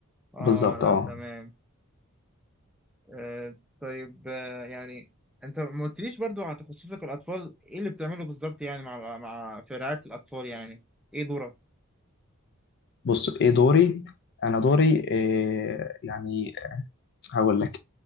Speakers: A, in the centre; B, on the left.
A: اه
B: بالظبط
A: لا
B: اه
A: تمام آه طيب آه يعني انت ما قلتليش برضه على تخصصك الاطفال ايه اللي بتعمله بالظبط يعني مع مع في رعايه الاطفال يعني ايه دورك
B: بص ايه دوري انا دوري إيه يعني هقول لك